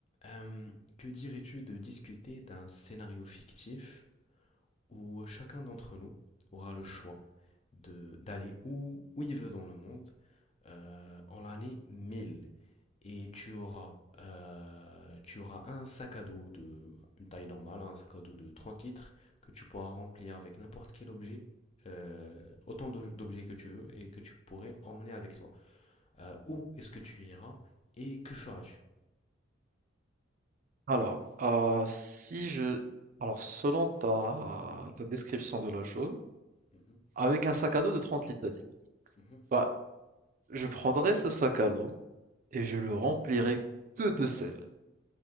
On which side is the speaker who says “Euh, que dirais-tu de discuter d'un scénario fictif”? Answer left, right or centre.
Left